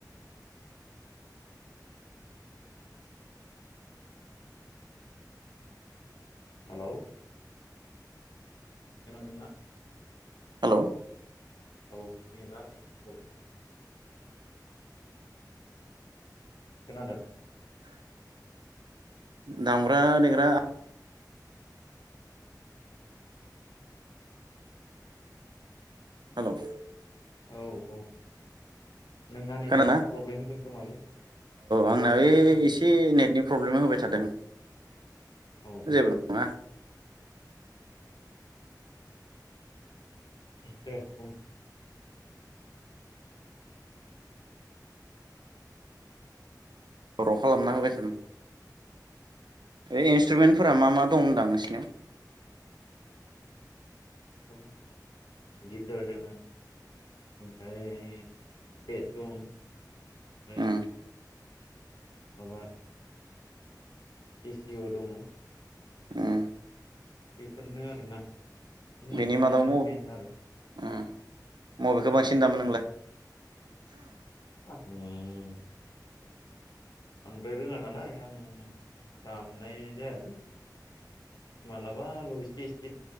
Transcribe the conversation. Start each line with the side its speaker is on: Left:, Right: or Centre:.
Left: हेलौ खोनादोंना
Right: हेल'
Left: औ नेटआ एसे प्रब्लेम खोनादों
Right: दामग्रा देग्रा हेल'
Left: औ औ नोंना नेटा
Right: खोनादोंना
Left: एसे प्रब्लेम होदों खोमालै
Right: आंना
Left: औ
Right: बे
Left: एसे खोनादों
Right: नेटनि प्रब्लेम होबाय थादों
Left: औ औ
Right: जेबो नङा
Left: दे बुं
Right: खर' खालामना होबाय थादों एइ इन्सट्रुमेन्टफोरा मा मा दं होनदों आं नोंसिनियाव
Left: दङ गिटार दङ ओमफ्राय पेट दं ओमफ्राय
Right: उम
Left: माबा केसिअ' दङ
Right: ओम
Left: बेफोरनो आरोना बेफोर मोनथामानो
Right: बेनि मादाव
Left: मेन आरो
Right: <unintelligible> मबे गोबांसिन दामो नोंलाय
Left: उम
Right: <inaudible>
Left: <unintelligible> बांद्राय रोङा नालाय आं दामनाय जायालै मालाबाल' एसे एसे